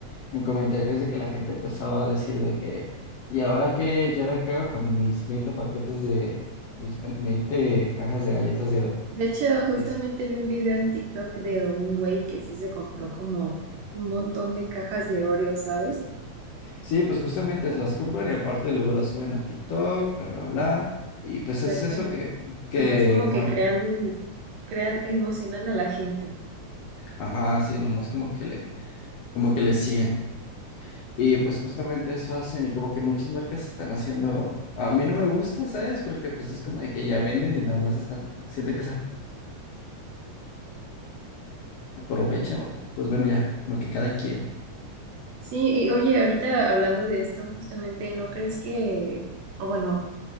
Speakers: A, on the left; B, on the right.
A: en comentarios de que la gente empezaba a decir de que, ¿y ahora qué? ¿Y ahora qué hago con mis 20 paquetes de, mis 20 cajas de galletas de oro?
B: De hecho, justamente
A: Y es,
B: vi un video en TikTok de un güey que sí se compró como un montón de cajas de Oreo, ¿sabes?
A: Sí, pues justamente las compran y aparte luego las suben a TikTok, bla, bla, bla. Y pues
B: Exactamente.
A: es eso que, que,
B: Nomás como
A: mue-
B: que crean, crean, emocionan a la gente.
A: ajá, sí, nomás como que le, como que le siguen. Y pues justamente eso hacen y como que muchas marcas están haciendo, a mí no me gusta, ¿sabes? Porque pues es como de que ya venden y nada más están, siento que se aprovechan. o, Pues bueno, ya, como que cada quien.
B: Sí, y oye, ahorita hablando de esto, justamente, ¿no crees que, o bueno,